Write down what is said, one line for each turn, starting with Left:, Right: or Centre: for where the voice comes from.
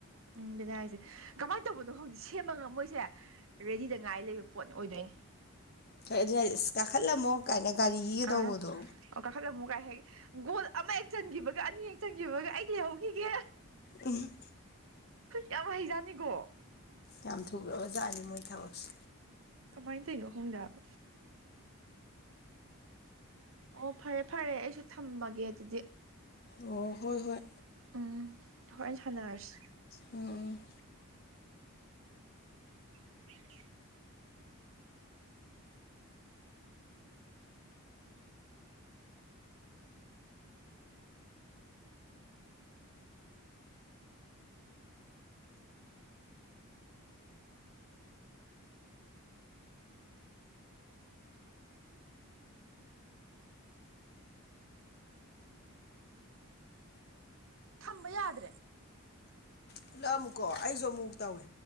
Right: ꯎꯝ ꯕꯤꯅ ꯍꯥꯏꯁꯦ ꯀꯃꯥꯏꯅ ꯇꯧꯕꯅꯣ ꯍꯧꯖꯤꯛ ꯁꯦꯝꯕ ꯉꯝꯃꯣꯏꯁꯦ ꯔꯦꯗꯤꯗ ꯉꯥꯏ ꯂꯩꯕ ꯄꯣꯠꯅꯤ ꯑꯣꯏꯗꯣꯏꯅꯦ
Left: ꯍꯣꯏ ꯑꯗꯨꯅ ꯑꯁ ꯀꯥꯈꯠꯂꯝꯃꯣ ꯀꯥꯏꯅ ꯒꯥꯔꯤꯒ
Right: ꯑꯥ
Left: ꯇꯧꯕꯗꯣ
Right: ꯑꯣ ꯀꯥꯈꯠ ꯑꯃꯨꯛ ꯀꯥꯏ ꯍꯦꯛ ꯒꯣꯜ ꯑꯃ ꯍꯦꯛ ꯆꯟꯈꯤꯕꯒ ꯑꯅꯤ ꯍꯦꯛ ꯆꯟꯈꯤꯕꯒ ꯑꯩ ꯂꯩꯍꯧꯈꯤꯒꯦ
Left: ꯎꯝ
Right: ꯌꯥꯝ ꯍꯩꯖꯅꯤꯀꯣ
Left: ꯌꯥꯝ ꯊꯨꯒꯕ ꯖꯥꯠꯅꯤ ꯃꯣꯏ ꯊꯕꯛꯁꯦ
Right: ꯀꯃꯥꯏ ꯇꯩꯅꯣ ꯍꯣꯗꯕ ꯑꯣ ꯐꯔꯦ ꯐꯔꯦ ꯑꯩꯁꯨ ꯊꯝꯃꯒꯦ ꯑꯗꯨꯗꯤ
Left: ꯑꯣ ꯍꯣꯏ ꯍꯣꯏ
Right: ꯎꯝ ꯍꯣꯏ ꯁꯂꯁ
Left: ꯎꯝ ꯎꯝ
Right: <inaudible> ꯊꯝꯕ ꯌꯥꯗ꯭ꯔꯦ
Left: ꯄꯨꯂꯛꯑ ꯑꯃꯨꯀꯣ ꯑꯩꯁꯨ ꯑꯃꯨꯛ ꯇꯧꯋꯦ